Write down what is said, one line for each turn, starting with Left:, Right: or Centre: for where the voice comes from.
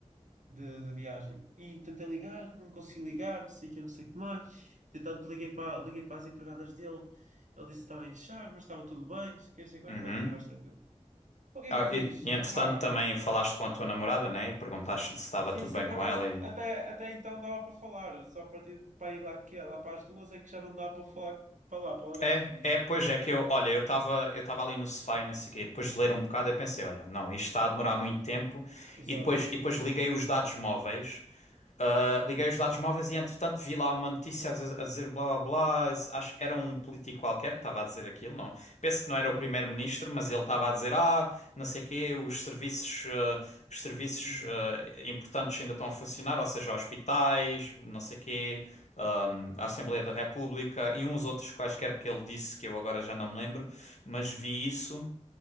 Right: de, de viagem. E tentei ligar, não consegui ligar, não sei o que, não sei o que mais. Entretanto, liguei para, liguei para as empregadas dele. Ele disse que estava em charge, mas estava tudo bem, não sei o que, não sei o que mais.
Left: Uhum.
Right: Pronto, fiquei mais tranquilo. O que
Left: Ah,
Right: é que eu fiz?
Left: e, e entretanto
Right: É pá,
Left: também falaste com a tua namorada, né? E perguntaste-lhe se estava
Right: sim,
Left: tudo
Right: sim,
Left: bem
Right: por
Left: com
Right: acaso
Left: ela e...
Right: até, até então dava para falar, só a partir de para ir lá, que, lá para as duas é que já não dava para falar para lá, para o Algarve.
Left: É,
Right: Fiquei.
Left: é, pois é que eu, olha, eu estava eu estava ali no sofá e não sei o quê, e depois de ler um bocado eu pensei, olha, não, isto está a demorar muito tempo
Right: Exato.
Left: e depois, e depois liguei os dados móveis Uh,
Right: Hum,
Left: liguei os dados móveis e, entretanto, vi lá uma notícia a dizer, a dizer blá blá blá. Acho que era um político qualquer que estava a dizer aquilo, não? Penso que não era
Right: uhum,
Left: o primeiro-ministro, mas ele estava a dizer: Ah, não sei o quê, os serviços, uh, os serviços
Right: Mínimos.
Left: uh, importantes ainda estão a funcionar, ou seja, hospitais, não sei o quê, um, a Assembleia
Right: Uhum.
Left: da República e uns outros quaisquer que ele disse que eu agora já não me lembro, mas vi isso.